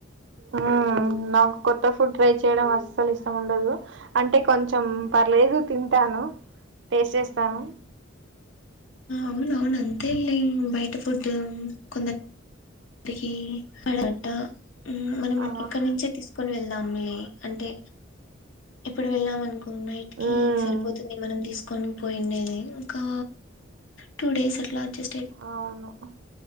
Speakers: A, on the right; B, on the left.
A: ఆ నాక్ కొత్త ఫుడ్ ట్రై చేయడం అస్సల్ ఇష్టం ఉండదూ అంటే కొంచం పర్లేదు తింటా ను టేస్ట్ జేస్తాను.
B: అవునవును అంతేలే బయట ఫుడ్ కొందర్ రికి పాడ్వాంట ఊ మనం
A: ఆ
B: ఇక్కనుచ్చే తీసుకోనివెళదాంలే అంటే ఇప్పుడు వెళ్ళాం అన్కో నైట్ కీ
A: మ్మ్
B: సరిపోతుంది మనం తీస్కొన్ పోయిండేది ఇంకా టూ డేస్ అట్లా అడ్జెస్ట్
A: అవును ఉ